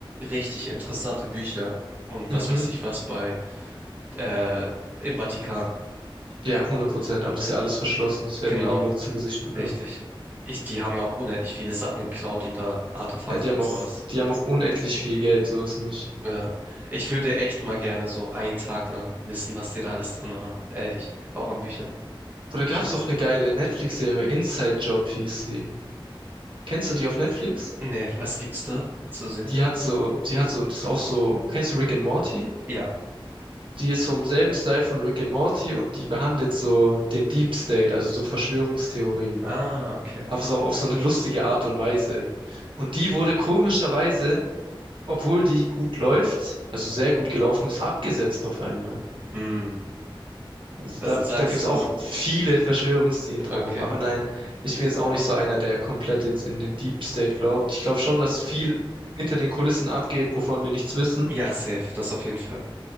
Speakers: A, on the right; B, on the right.
A: richtig interessante Bücher und
B: Mhm.
A: was weiß ich was bei äh, im Vatikan.
B: Ja, hundert Prozent. Aber das ist ja alles verschlossen. Das werden
A: Genau,
B: wir niemals zu Gesicht bekommen.
A: richtig. Ich, die haben auch unendlich viele Sachen geklaut und da Artefakte
B: Ja, die haben
A: und
B: auch,
A: sowas.
B: die haben auch unendlich viel Geld, so ist nicht.
A: Ja. Ich würde echt mal gerne so einen Tag lang wissen, was die da alles drin haben. Ehrlich, auch an Büchern.
B: Oder
A: Bestimmt.
B: gab's doch eine geile Netflix-Serie, Inside Job hieß sie. Kennst du die auf Netflix?
A: Nee, was gibt's da zu sehen?
B: Die hat so, die hat so, das ist auch so, kennst du Rick and Morty?
A: Ja.
B: Die ist so im selben Style von Rick and Morty und die behandelt so den Deep State, also so Verschwörungstheorien.
A: Ah, okay.
B: Aber so auf so eine lustige Art und Weise. Und die wurde komischerweise, obwohl die gut läuft, also sehr gut gelaufen ist, abgesetzt auf einmal.
A: Hm.
B: Also
A: Also
B: da, da
A: sagst
B: gibt es
A: du,
B: auch viele Verschwörungstheorien drumherum.
A: okay.
B: Aber nein, ich bin jetzt auch nicht so einer, der komplett jetzt in den Deep State glaubt. Ich glaube schon, dass viel hinter den Kulissen abgeht, wovon wir nichts wissen.
A: Ja, safe, das auf jeden Fall.